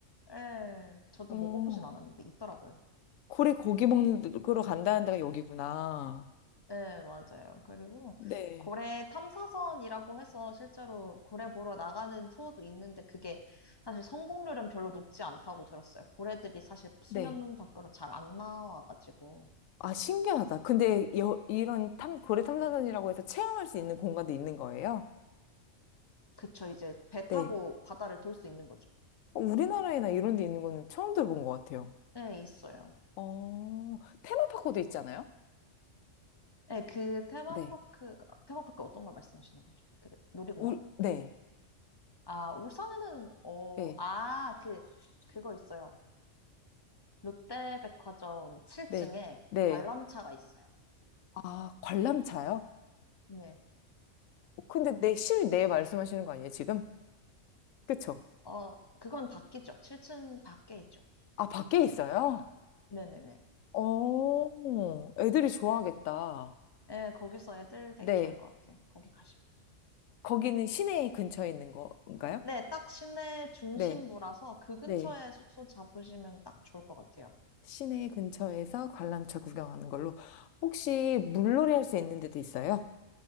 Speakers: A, on the left (about 25°); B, on the left (about 80°).
A: 예, 저도
B: 어,
A: 먹어보진 않았는데 있더라고요.
B: 고래 고기 먹으러 간다는 데가 여기구나.
A: 예, 맞아요. 그리고
B: 네.
A: 고래 탐사선이라고 해서 실제로 고래 보러 나가는 투어도 있는데 그게 사실 성공률은 별로 높지 않다고 들었어요. 고래들이 사실 수면
B: 네.
A: 밖으로 잘 안 나와가지고.
B: 아, 신기하다. 근데 여, 이런 탐, 고래 탐사선이라고 해서 체험할 수 있는 공간도 있는 거예요?
A: 그쵸, 이제 배
B: 네.
A: 타고 바다를 돌 수 있는 거죠.
B: 어, 우리나라에나 이런 데 있는 거는 처음 들어본 것 같아요.
A: 네, 있어요.
B: 어, 테마파크도 있잖아요?
A: 네, 그 테마파크,
B: 네.
A: 테마파크 어떤 걸 말씀하시는 거죠? 그 놀이공원?
B: 우, 네.
A: 아, 울산에는, 어,
B: 네.
A: 아, 그, 그거 있어요. 롯데백화점 7층에
B: 네. 네.
A: 관람차가 있어요.
B: 아, 관람차요?
A: 네.
B: 어, 근데 내 실내 말씀하시는 거 아니에요, 지금? 그쵸?
A: 어, 그건 밖이죠. 7층 밖에 있죠.
B: 아, 밖에 있어요?
A: 네네네.
B: 어, 애들이 좋아하겠다.
A: 예, 거기서 애들 되게
B: 네.
A: 좋아할 것 같아요. 거기 가시면.
B: 거기는 시내 근처에 있는 건가요?
A: 네, 딱 시내 중심부라서
B: 네.
A: 그 근처에
B: 네.
A: 숙소 잡으시면 딱 좋을 것 같아요.
B: 시내 근처에서 관람차 구경하는 걸로. 혹시 물놀이 할 수
A: 네.
B: 있는 데도 있어요?